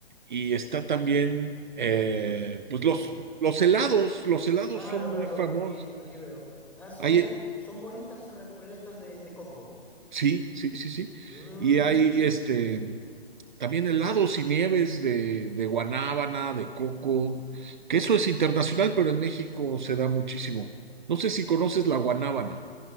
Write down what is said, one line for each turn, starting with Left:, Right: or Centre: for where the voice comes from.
Right: y está también, eh, pues los, los helados, los helados
Centre: Ah,
Right: son
Centre: lo veo,
Right: muy
Centre: lo
Right: famosos.
Centre: veo, aquí, aquí veo. Ah, son,
Right: Hay,
Centre: son bolitas repletas de, de coco.
Right: sí, sí, sí, sí.
Centre: Mm,
Right: Y hay este, también helados y nieves de, de guanábana, de coco,
Centre: mm.
Right: que eso es internacional, pero en México se da muchísimo. No sé si conoces la guanábana.